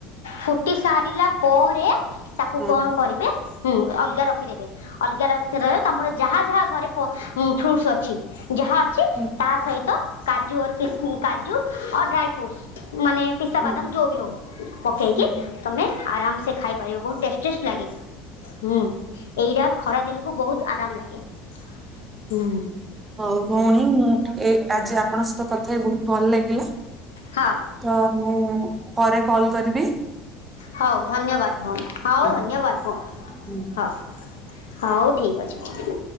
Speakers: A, on the left; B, on the right.
A: ଫୁଟି ସାରିଲା ପରେ ତାକୁ
B: ହଁ
A: କଣ କରିବେ ଅଲଗା ରଖିଦେବେ ଅଲଗା ରଖି ରହ ତମର ଯାହା ଯାହା ଘରେ ପ ହୁ ଫ୍ରୁଟ୍ସ୍ ଅଛି ଯାହା ଅଛି
B: ହୁଁ
A: ତା ସହିତ କାଜୁଅର୍ କି କାଜ ଟୁ ଡ୍ରାଏ ଫୃଟ୍ସମାନେ ପିସ୍ତା
B: ହୁଁ
A: ବାଦାମ ଯୋବି ହଉ।
B: ହୁଁ
A: ତମେ ଆରାମ ସେ ଖାଇପାରିବ ବହୁତ ଟଷ୍ଟିସ ଲାଗେ ହୁଁ ଏଇଟା। ଖରା ଦିନକୁ ବହୁତ ଆରାମ ଲାଗେ। ହୁଁ
B: ହଉ ଭଉଣୀ ମୁଁ ଏ ଆଜି ଆପଣଙ୍କ ସହିତ କ ଥାପ ବହୁତ ଭଲ ଲାଗିଲା
A: ହଁ
B: ତ ମୁଁ ପରେ କଲ କରିବି।
A: ହଉ ଧନ୍ୟବାଦ ଭଉଣୀ ହଉ
B: ହୁଁ
A: ଧନ୍ୟବାଦ ଭଉଣୀ
B: ହୁଁ।
A: ହଉ। ହଉ ଠିକ ଅଛି